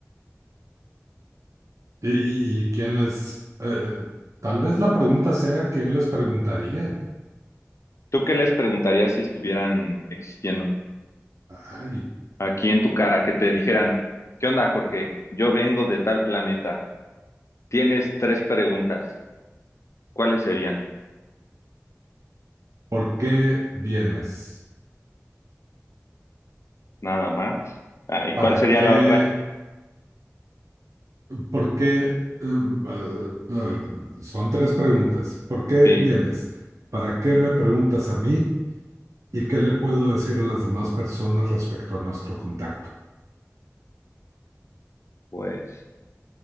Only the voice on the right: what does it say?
Y, y- y quién les, eh, tal vez la pregunta sea quién les preguntaría.
Ay,
¿por qué vienes?
¿Para
qué?
¿Por qué? eh, eh, eh, son tres preguntas. ¿Por qué
vienes? ¿Para qué me preguntas a mí? ¿Y qué le puedo decir a las demás personas respecto a nuestro contacto?